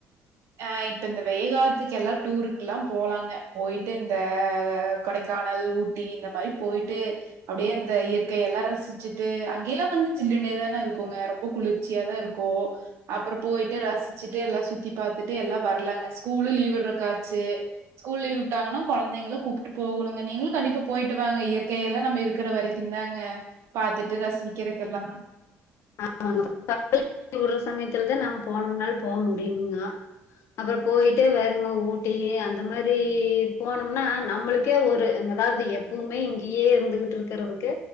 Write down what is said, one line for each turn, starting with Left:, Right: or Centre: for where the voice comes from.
Right: ஆ இப்ப இந்த வெய காலத்துக்கு எல்லா டூருக்குல்லா போலாங்க போயிட்டு இந்த கொடைக்கானல் ஊட் டி இந்த மாரி போயிட்டு அப்டியே அந்த இயற்கைய எல்லா ரசிச்சிட்டு அங்கியல்லா வந்து ஜில்லுனே தான இருக்குங்க ரொம்ப குளிர்ச்சியா தா இருக் கு அப்பறோ போயிட்டு ரசிச்சிட்டு எல்லா சுத்தி பாத்துட்டு எல்லா வர்ல ஸ்கூலு லீவ்விட்றக்காச்சு ஸ்கூல் லீவ் உட்டாங்கன்னா கொழந்தைங்கள கூப்ட்டு போகணுங்க நீங்களு கண்டிப்பா போயிட்டு வாங்க இயற்கையல்லா நம்ம இருக்கற வரை கிந்தாங்க பாத்துட்டு ரசிக்கறக்கெல்லா
Left: <inaudible> சமயத்துல தா நாங்க போனம்னால் போ முடியுங்னா அப்பறோ போயிட்டு வருங்க ஊட்டி அந்த மாரி போனம்ன்னா நம்மளுக் கே ஒரு அதாவது எப் பவுமே இங்கேயே இருந்துகிட்டு இருக்றதுக்கு